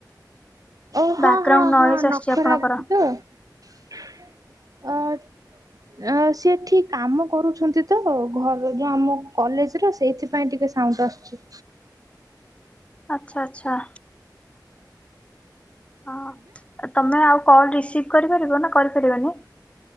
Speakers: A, on the right (about 55°); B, on the left (about 15°).
A: ଓ ହଁ
B: ବ୍ୟାକଗ୍ରାଉଣ୍ଡ
A: ହଁ
B: ନଏଜ
A: ହଁ ନଖରା
B: ଆସୁଛି ଆପଣଙ୍କର
A: ଆଗକୁ ତ। ଅ-ଅ-ଅଚ। ଅ ସିଏ ଏଠି କାମ କରୁଛନ୍ତି। ତ ଘର ଯୋଉ ଆମ କଲେଜ ର ସେଇଥିପାଇଁ ଟିକେ ସାଉଣ୍ଡ ଆସୁଛି।
B: ଆଚ୍ଛା ଆଚ୍ଛା। ହଁ, ତମେ ଆଉ କଲ ରିସିଭ କରିପାରିବ ନା କରିପାରିବନି?